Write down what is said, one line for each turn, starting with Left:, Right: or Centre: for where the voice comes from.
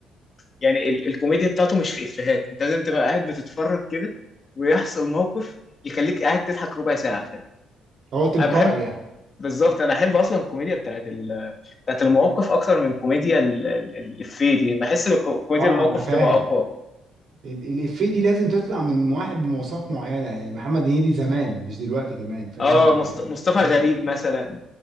Left: يعني ال الكوميديا بتاعته مش في إفيهات انت لازم تبقى قاعد بتتفرج كده ويحصل موقف يخليك قاعد تضحك ربع ساعة فاهم
Right: هو تلقائي
Left: انا بحب
Right: يعني
Left: بالظبط انا احب اصلا الكوميديا بتاعت ال... بتاعت المواقف اكتر من كوميديا ال- ال- الإفيه دي بحس ان الكو- كوميديا
Right: اه
Left: الموقف
Right: انا فاهم
Left: تبقى اقوى
Right: ال- الإفيه دي لازم تطلع من واحد بمواصفات معينة يعني محمد هنيدي زمان مش دلوقتي كمان فاهم
Left: اه
Right: ال-
Left: مصط... مصطفى
Right: ال-
Left: غريب مثلا